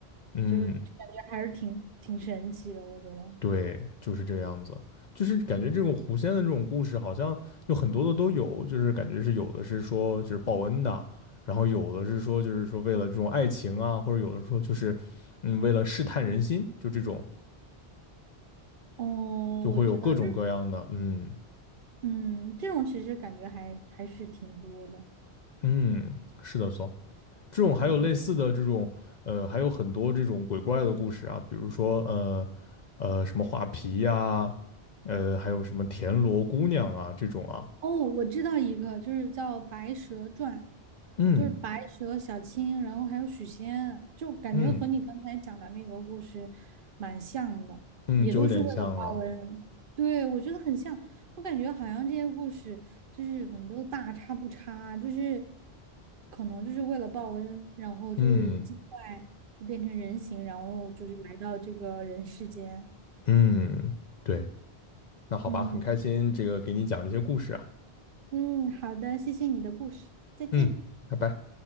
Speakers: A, on the left; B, on the right.
A: 嗯
B: 就是感觉还是挺挺神奇的，我觉得。
A: 对，就是这个样子，就是感觉这种狐仙的这种故事，好像就很多的都有，就是感觉是有的是说就是报恩的，然后有的是说就是说为了这种爱情啊，或者有的说就是嗯为了试探人心，就这种
B: 哦，
A: 就会有各种各样的，
B: 我知道，就是
A: 嗯
B: 嗯，这种其实感觉还还是挺多的，
A: 嗯，是的，所这种还有类似的这种呃还有很多这种鬼怪的故事啊，
B: 对。
A: 比如说呃呃什么画皮呀、呃还有什么田螺姑娘啊这种啊，
B: 哦，我知道一个，就是叫《白蛇传》，
A: 嗯
B: 就是白蛇、小青，然后还有许仙，就感觉和你刚才讲的那个故事蛮像的，
A: 嗯。嗯，
B: 也都是为了报恩。
A: 就有点像啊。
B: 对，我觉得很像，我感觉好像这些故事就是可能都大差不差，就是可能就是为了报恩，然后就是精怪就变成人形，
A: 嗯
B: 然后就是来到这个人世间。
A: 嗯，对，那好吧，
B: 嗯
A: 很开心这个给你讲这些故事啊。
B: 嗯，好的，谢谢你的故事，再见。
A: 嗯，拜拜。